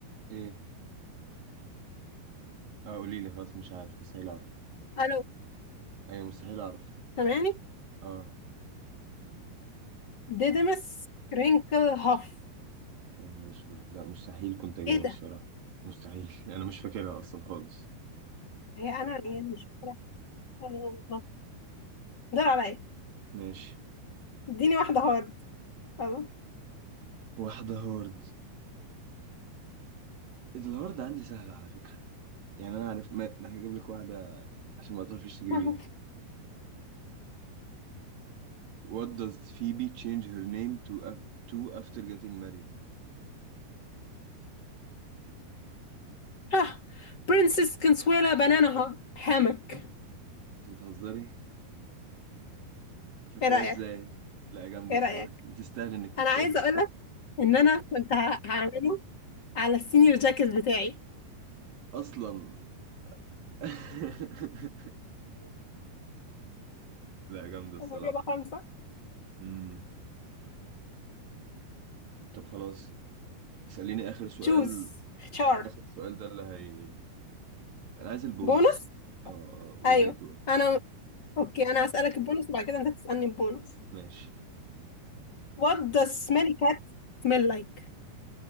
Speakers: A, on the right; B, on the left.
A: ايه اه قولي لي خلاص مش عارف مستحيل اعرف
B: الو
A: ايوه مستحيل اعرف
B: سامعني
A: اه
B: ديدمس رينكل هاف
A: يا نهار اسود لا مستحيل كنت اجيبها
B: ايه
A: الصراحة
B: ده
A: مستحيل <laughs> انا مش فاكرها اصلا خالص
B: هي انا يعني مش فاكراها الله دور عليا
A: ماشي
B: اديني واحده هارد يلا
A: واحدة هارد الهارد عندي سهلة على فكرة يعني انا عارف ما... ده هجيب لك واحده عشان ما تعرفيش تجيبيها
B: <laughs>
A: What does Phoebe change her name to to after getting married
B: ها برنسس كنسويلا بنانا هامك
A: انت بتهزري فاكراها
B: ايه رايك
A: ازاي لا جامده
B: ايه
A: الصراحه
B: رايك
A: تستاهل انك
B: انا
A: تكسبها
B: عايزه اقول لك ان انا كنت ه- هعمله على السينيور جاكيت بتاعي
A: اصلا <laughs> لا جامده الصراحه
B: انا كده خمسه
A: امم طب خلاص اساليني اخر سؤال
B: تشوز اختار
A: اخر سؤال ده اللي هي انا عايز البونس
B: بونص
A: اه آه، وده
B: ايوه
A: يكون
B: انا اوكي انا هسألك البونص وبعد كده انت تسألني البونص
A: ماشي
B: what does smelly cat smell like